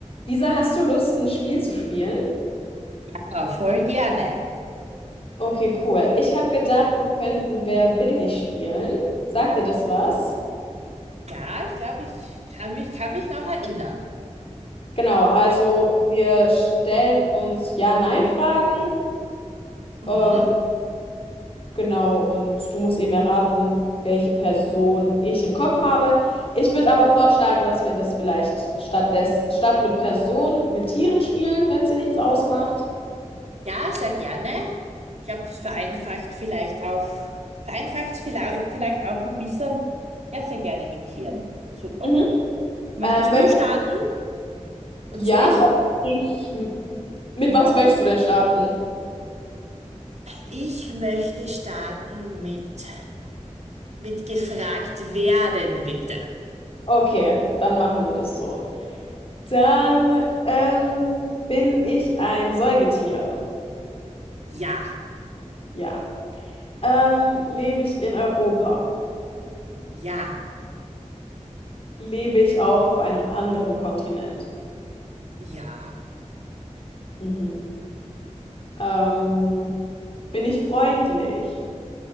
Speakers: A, on the left (about 50°); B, on the right (about 65°).
A: Lisa, hast du Lust, ein Spiel zu spielen?
B: Ja, voll gerne.
A: Okay, cool. Ich habe gedacht, wir könnten Wer bin ich spielen. Sagt dir das was?
B: Ja, ich glaube, ich kann mich, kann mich noch erinnern.
A: Genau, also
B: Ja.
A: wir stellen uns Ja-Nein-Fragen.
B: Mhm.
A: Ähm, genau, und du musst eben erraten, welche Person ich im Kopf habe. Ich würde aber vorschlagen, dass wir das vielleicht statt, des, statt mit Personen mit Tieren spielen, wenn es dir nichts ausmacht.
B: Ja, sehr gerne. Ich glaube, das vereinfacht vielleicht auch, vereinfacht es vielleicht, vielleicht auch ein bisschen. Ja, sehr gerne mit Tieren. Super.
A: Mhm.
B: Möchtest
A: Ähm, möcht-
B: du starten oder
A: ja,
B: soll ich?
A: soll ich, mit was möchtest du denn starten?
B: Ich möchte starten mit, mit gefragt werden, bitte.
A: Okay, dann machen wir das so. Dann ähm, bin ich ein Säugetier.
B: Ja,
A: Ja. Ähm, lebe ich in Europa?
B: ja,
A: Lebe ich auch auf einem anderen Kontinent?
B: ja,
A: Mhm. Ähm, bin ich freundlich?